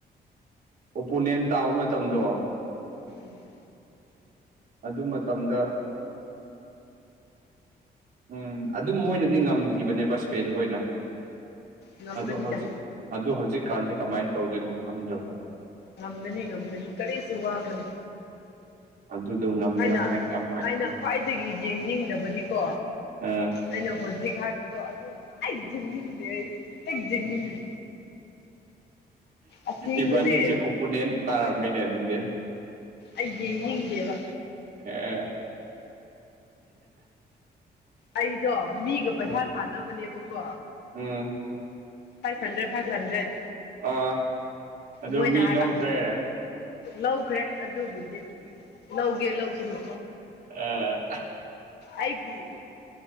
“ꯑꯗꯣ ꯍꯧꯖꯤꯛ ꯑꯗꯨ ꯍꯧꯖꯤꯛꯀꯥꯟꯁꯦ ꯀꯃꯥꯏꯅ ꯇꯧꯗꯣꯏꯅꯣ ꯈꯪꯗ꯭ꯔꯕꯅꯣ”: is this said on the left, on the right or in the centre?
Right